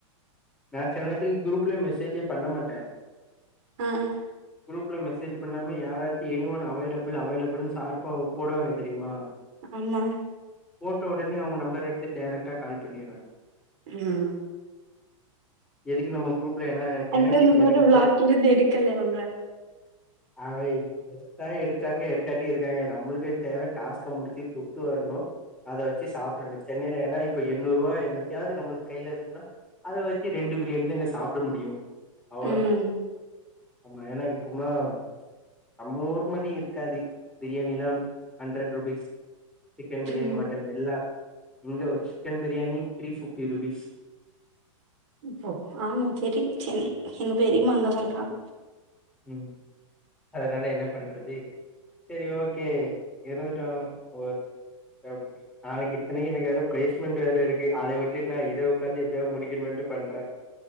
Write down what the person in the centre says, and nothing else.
நா செல நேரத்துக்கு குரூப்லயு மெசேஜே பண்ண மாட்டே
குரூப்ல மெசேஜ் பண்ணாம யாராச்சி எனி ஒன் அவைலபிள் அவைலபிள்னு சார்ப்பா போட்றாங்க தெரியுமா
போட்ட உடனே அவங்க நம்பர் எடுத்து டைரக்டாக கால் பண்ணிறே
எதுக்கு நம்ம குரூப்ல ஏன்னா
எனக்கு
எனக்கு வந்து
அவை அத எடுக்காங்க எடுக்காட்டி இருக்காங்க நம்மளுக்கு தேவை டாஸ்க்க முடிச்சு துட்டு வரணு அத வச்சு சாப்ட்டுன்னு சென்னையில ஏன்னா இப்ப எண்ணூறு ரூபா என்னத்தையாவது நம்மளுக்கு கையில இருச்சுனா அத வெச்சு ரெண்டு பிரியாணி தாங்க சாப்ட முடியு அவ்ளதா
ஆமா ஏனா இப்புமாம் நம்ம ஊர் மாரி இருக்காது பிரியாணி எல்லாம் ஹண்ட்ரட் ருபீஸ் சிக்கன் பிரியாணி
மட் டன் எல்லா இங்க ஒரு chicken biryani three fifty rupees
ம் அதனால என்ன பண்றது சரி ஓகே இருந்துட்டோ ஒர் பாதிக் நாளைக்கு இத்தனைக்கு எனக்கு வேற பிளேஸ்மெண்ட் வேற இருக்கு அத விட்டுட் நா இத உக்காந்து எப்டியாவாது முடிக்கணுமேன்ட்டு பண்றே